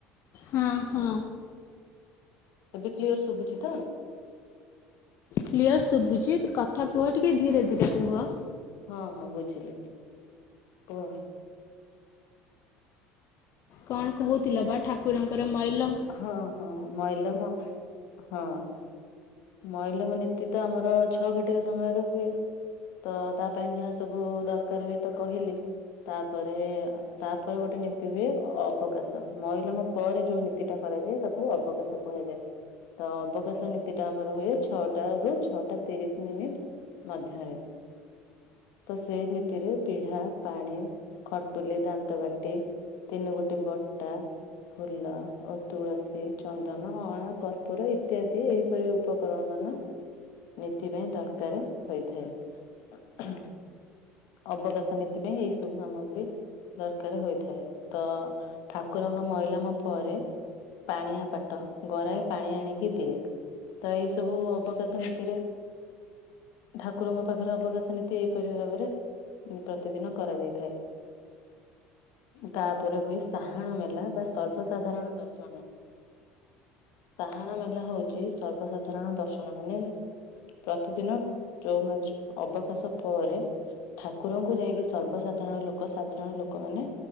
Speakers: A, on the left; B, on the left.
A: ହଁ ହଁ।
B: ଏବେ କ୍ଲିୟର ଶୁଭୁଛି ତ?
A: କ୍ଲିୟର୍ ଶୁଭଜି କଥା କୁହ ଟିକେ ଧୀରେ ଧୀରେ କୁହ।
B: ହଁ ହଁ ବୁଝିଲି। କୁହ?
A: କଣ କହୁଥିଲ? ବା ଠାକୁରଙ୍କର ମଇଲମ୍
B: ହଁ ହଁ ମଇଲମ ହଁ। ମଇଲମ ନୀତି ତ ଆମର ଛଅ ଘଟିକା ସମୟରେ ହୁଏ। ତ ତା ପାଇଁ ଯାହା ସବୁ ଦରକାର ହୁଏ ତ କହିଲି। ତାପରେ ତାପରେ ଗୋଟେ ନୀତି ହୁଏ ଅବକାଶ। ମଇଲମ ପରେ ଯୋଉ ନୀ ତିଟା କରାଯାଏ ତାକୁ ଅବକାଶ କୁହାଯାଏ। ତ ଅବକାଶ ନୀତି ଟା ଆମର ହୁଏ ଛଅଟା ରୁ ଛଅଟା ତିରିଶ ମିନିଟ। ମଧ୍ୟରେ। ତ ସେ ନୀତିରେ ପିଢା, ପାଣି, ଖଟୁଲି, ଦାନ୍ତ କାଟି ତିନି ଗୋଟି ବଟା, ଫୁଲ ଆଉ ତୁଳସୀ, ଚନ୍ଦନ, ଅଳା, କର୍ପୂୁର ଇତ୍ୟାଦି ଏହିପରି ଉପକରଣ ମାନ। ନୀତି ପାଇଁ ଦରକାର ହୋଇଥାଏ। ଅବକାଶ ନୀତି ପାଇଁ ଏଇ ସବୁ ସାମଗ୍ରୀ। ଦରକାର ହୋଇଥାଏ। ତ ଠାକୁରଙ୍କ ମଇଲମ ପରେ- ପାଣିଆ ପାଟ ଗରାଏ ପାଣି ଆଣିକି ଦିଏ। ତ ଏଇସବୁ ଅବକାଶ ନୀତିରେ ଠାକୁରଙ୍କ ପାଖରେ ଅବକାଶ ନୀତି ଏଇପରି ଭାବରେ ପ୍ରତିଦିନ କରାଯାଇଥାଏ। ତାପରେ ହୁଏ ସାହାଣ ମେଲା ବା ସର୍ବସାଧାରଣ ଦର୍ଶନ। ସାହାଣ ମେଲା ହଉଛି ସର୍ବସାଧାରଣ ଦର୍ଶନ ମାନେ ପ୍ରତିଦିନ ଚଉ ମ୍ୟାଚ ଅବକାଶ ପରେ ଠାକୁରଙ୍କୁ ଯାଇକି ସର୍ବସାଧାରଣ ଲୋକ ସାଧାରଣ ଲୋକମାନେ।